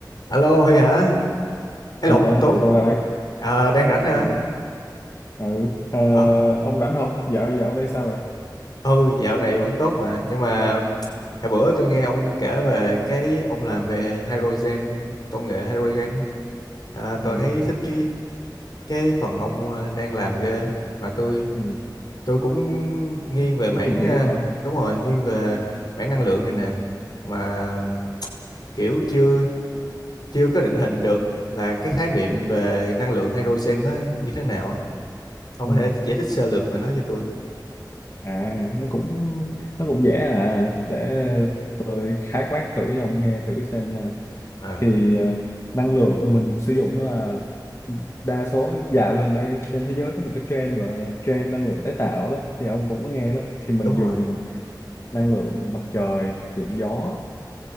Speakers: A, on the left; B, on the left.
A: Alo Huy hả? Ấy
B: Alo,
A: lộn Tuấn
B: tôi đây.
A: Ờ, đang rảnh hả?
B: Ừ, ừ. Ờ,
A: Ờ,
B: ông rảnh không? Dạo dạo đây sao rồi?
A: ừ dạo này vẫn tốt mà nhưng mà hồi bữa tôi nghe ông kể về cái ông làm về hydrogen công nghệ hydrogen á. à, tôi
B: Ừ.
A: thấy thích cái cái phần ông ờ, đang làm ghê mà tôi
B: Ừ.
A: tôi cũng nghiêng về
B: Muốn
A: mảng
B: tìm hiểu
A: ờ,
B: hả?
A: đúng rồi nghiêng về mảng năng lượng này nè mà kiểu chưa chưa có định hình được là cái khái niệm về năng lượng hydrogen nó như thế nào á. Ông
B: Ừ.
A: có thể giải thích sơ lược về nó cho tôi không?
B: À, nó cũng nó cũng dễ à. Để tôi khái quát thử cho ông nghe thử xem nha.
A: Ờ,
B: Thì ờ, năng lượng mình sử dụng đó là đa số dạo gần đây trên thế giới có một cái trend gọi là trend năng lượng tái tạo đó. Thì ông cũng có nghe đó. Thì mình
A: đúng
B: dùng
A: rồi
B: năng lượng mặt trời, điện gió.